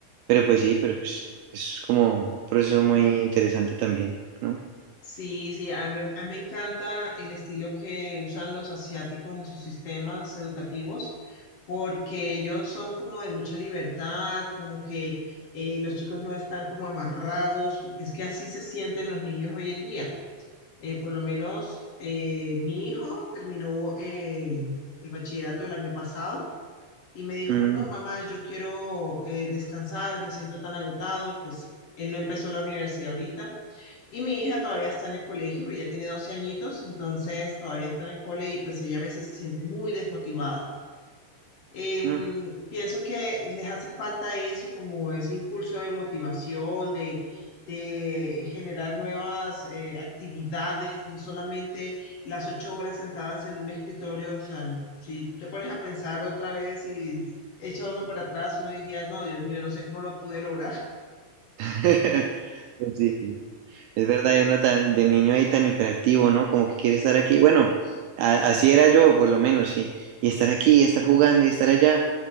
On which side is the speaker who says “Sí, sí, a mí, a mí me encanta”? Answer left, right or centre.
Left